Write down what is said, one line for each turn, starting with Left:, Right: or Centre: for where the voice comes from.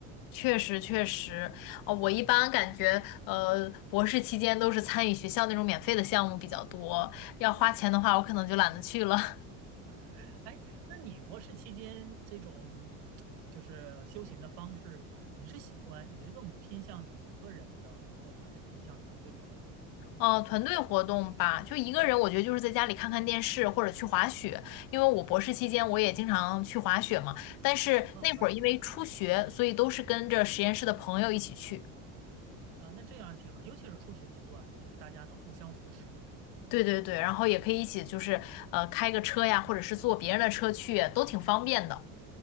Left: 确实确实，哦，我一般感觉，呃，博士期间都是参与学校那种免费的项目比较多，要花钱的话，我可能就懒得去了。<laughs>
Right: <laughs> 哎，那你博士期间这种就是休闲的方式，你是喜欢，你是更偏向于一个人的活动，还是偏向于团队活动啊？
Left: 哦，团队活动吧，就一个人，我觉得就是在家里看看电视或者去滑雪，因为我博士期间我也经常去滑雪嘛，但是那会儿因为初学，
Right: 啊，滑雪很棒
Left: 所以都是跟着实验室的朋友一起去。
Right: 啊，那这样挺好，尤其是初学阶段，就是大家能互相扶持嘛。
Left: 对对对，然后也可以一起就是呃开个车呀，或者是坐别人的车去，都挺方便的。